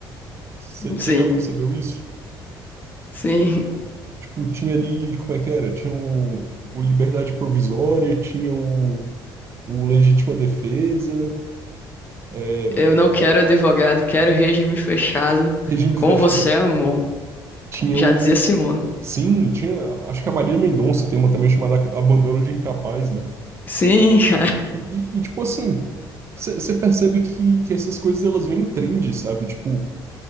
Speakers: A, on the right; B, on the left.
A: Você
B: Sim,
A: já percebeu isso?
B: sim.
A: Tipo, tinha ali, como é que era? Tinha o, o Liberdade Provisória, tinha o, o Legítima Defesa, é,
B: Eu não quero advogado, quero regime fechado.
A: Regime
B: Com
A: Fechado.
B: você, amor.
A: Tinha
B: Já
A: o.
B: dizia Simone.
A: Sim, tinha. Acho que a Maria Mendonça tem uma também chamada Abandono de Incapaz, né?
B: Sim, <laughs> cara,
A: E, e- e, tipo assim, você percebe que, que essas coisas elas vêm em trend, sabe? Tipo,